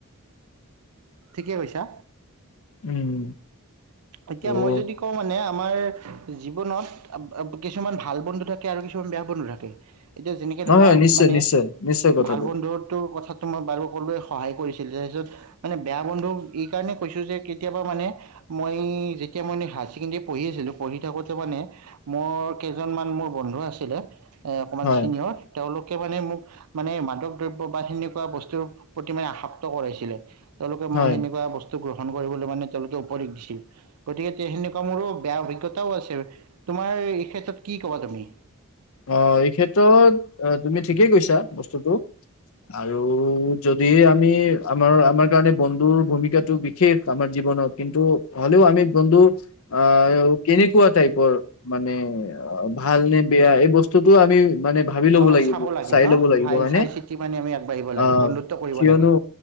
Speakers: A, on the right; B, on the left.
A: ঠিকে কৈছা।
B: উম,
A: এতিয়া
B: ত'
A: মই যদি কওঁ মানে আমাৰ জীৱনত কিছুমান <unintelligible> ভাল বন্ধু থাকে আৰু কিছুমান বেয়া বন্ধু থাকে। এতিয়া যেনেকে
B: নহয়
A: ধৰা
B: হয়, নিশ্চয়
A: মানে
B: নিশ্চয় নিশ্চয় কথাটো
A: ভাল বন্ধুটোৰ কথাটো মই বাৰু সকলোৱে সহায় কৰিছিল তাৰপিছত মানে বেয়া বন্ধু এই কাৰণে কৈছো যে কেতিয়াবা মানে মই যেতিয়া মই হায় ছেকেণ্ডৰী পঢ়ি আছিলো পঢ়ি থাকোতে মানে মোৰ কেইজনমান মোৰ বন্ধু আছিলে অকমান
B: হয়
A: চিনিয়ৰ তেওঁলোক কে মানে মোক মানে মাদক দ্ৰব্য বা সেনেকুৱা বস্তুৰ প্ৰতি মানে আসক্ত কৰাইছিলে। তেওঁলোকে মই
B: হয়
A: সেনেকুৱা বস্তু গ্ৰহণ কৰিবলৈ মানে তেওঁলোকে উপৰি গতিকে তে সেনেকুৱা মোৰো বেয়া অভিজ্ঞতাও আছে তোমাৰ এই ক্ষেত্ৰত কি কবা তুমি?
B: অহ, এই ক্ষেত্ৰত তুমি ঠিকেই কৈছা বস্তুটো আৰু যদি আমি আমাৰ -আমাৰ কাৰণে বন্ধুৰ ভূমিকাটো বিশেষ আমাৰ জীৱনত কিন্তু হলেও আমি বন্ধু আহ কেনেকুৱা টাইপৰ মানে ভাল নে বেয়া এই বস্তুটো আমি মানে ভাবি লব
A: অলপ
B: লাগিব
A: চাব লাগে
B: চাই
A: ন
B: লব লাগিব
A: ভাই
B: হয়নে
A: চাই চিতি মানে আমি আগবাঢ়িব লাগে
B: আহ
A: বন্ধুত্ব কৰিব
B: কিয়নো
A: লাগে